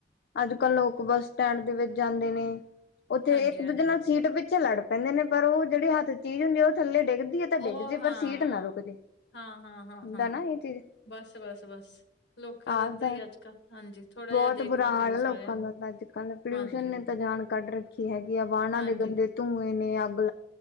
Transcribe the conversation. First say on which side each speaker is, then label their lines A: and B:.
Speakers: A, on the left; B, on the left.
A: ਅੱਜ ਕੱਲ, ਲੋਕ ਬੱਸ ਸਟੈਂਡ, ਦੇ ਵਿੱਚ ਜਾਂਦੇ ਨੇ। ਉੱਥੇ,
B: ਹਾਂਜੀ
A: ਇੱਕ-
B: ਹਾਂਜੀ
A: ਦੂਜੇ ਨਾਲ ਸੀਟ ਪਿੱਛੇ, ਲੜ ਪੈਂਦੇ ਨੇ। ਪਰ ਉਹ ਜਿਹੜੀ, ਹੱਥ ਚੀਜ਼ ਹੁੰਦੀ ਉਹ, ਥੱਲੇ ਡਿੱਗਦੀ ਹੈ। ਤਾਂ ਡਿੱਗ
B: ਉਹ
A: ਜੇ,
B: ਹਾਂ
A: ਪਰ ਸੀਟ ਨਾ ਰੁਕ ਜੇ,
B: ਹਾਂ ਹਾਂ ਹਾਂ
A: ਹੁੰਦਾ
B: ਹਾਂ
A: ਨਾ ਇਹ ਚੀਜ਼।
B: ਬਸ, ਬਸ- ਬਸ, ਲੋਕਾਂ
A: ਆਪਦਾ
B: ਦਾ ਏਦਾਂ ਹੀ, ਅੱਜ ਕੱਲ। ਹਾਂਜੀ। ਥੋੜਾ
A: ਬਹੁਤ
B: ਜਿਹਾ ਦੇਖਣਾ
A: ਬੁਰਾ ਹਾਲ
B: ਚਾਹੀਦਾ
A: ਆ। ਲੋਕਾਂ
B: ਸਾਰਿਆਂ ਨੂੰ
A: ਦਾ, ਤਾਂ ਅੱਜ ਕੱਲ। ਪੋਲਿਊਸ਼ਨ
B: ਹਾਂਜੀ
A: ਨੇ ਤਾਂ, ਜਾਨ ਕੱਢ ਰੱਖੀ ਹੈਗੀ, ਆ। ਵਾਹਨਾਂ
B: ਹਾਂਜੀ
A: ਦੇ ਗੰਦੇ। ਧੂੰਏ ਨੇ ਅੱ